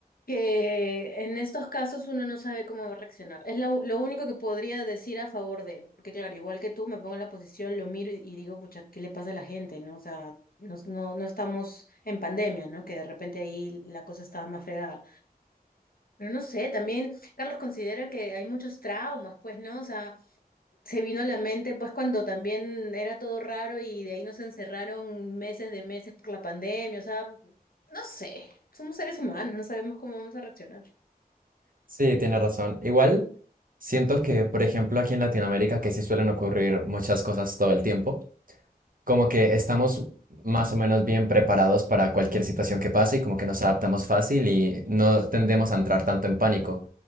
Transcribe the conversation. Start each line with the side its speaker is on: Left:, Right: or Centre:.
Left: que en estos casos uno no sabe cómo va a reaccionar. Es lo, lo único que podría decir a favor de, porque claro, igual que tú, me pongo en la posición, lo miro y, y digo, pucha, ¿qué le pasa a la gente? ¿No? O sea, nos- no, no estamos en pandemia, ¿no? Que de repente ahí la cosa estaba más fregada. Pero no sé, también Carlos considera que hay muchos traumas, pues, ¿no? O sea, se vino a la mente pues cuando también era todo raro y de ahí nos encerraron meses de meses por la pandemia, o sea, no sé, somos seres humanos, no sabemos cómo vamos a reaccionar.
Right: Sí, tiene razón. Igual, siento que, por ejemplo, aquí en Latinoamérica, que sí suelen ocurrir muchas cosas todo el tiempo, como que estamos más o menos bien preparados para cualquier situación que pase y como que nos adaptamos fácil y no tendemos a entrar tanto en pánico.